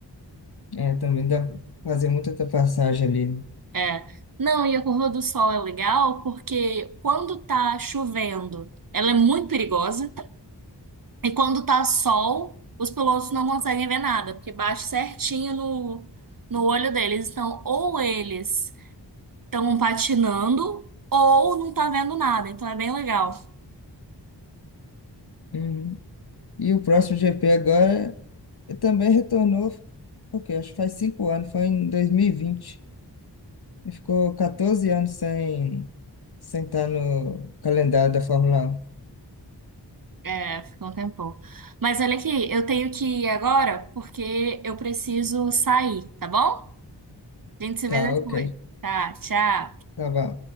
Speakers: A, on the left (about 60°); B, on the right (about 50°).
A: É, também dá pra fazer muita ultrapassagem ali. né?
B: É. Não, e a curva do sol é legal porque quando tá chovendo, ela é muito perigosa. E quando tá sol, os pilotos não conseguem ver nada, porque bate certinho no, no olho deles. Então, ou eles estão patinando, ou não tá vendo nada. Então, é bem legal.
A: Uhum. E o próximo GP agora eh, também retornou, ok, acho que faz cinco anos, foi em dois mil E vinte e ficou 14 anos sem, sem estar no calendário da Fórmula um.
B: É, ficou um tempão. Mas olha aqui, eu tenho que ir agora porque eu preciso sair, tá bom? A gente se
A: Tá,
B: vê depois.
A: ok.
B: Tá, tchau.
A: Tá bom.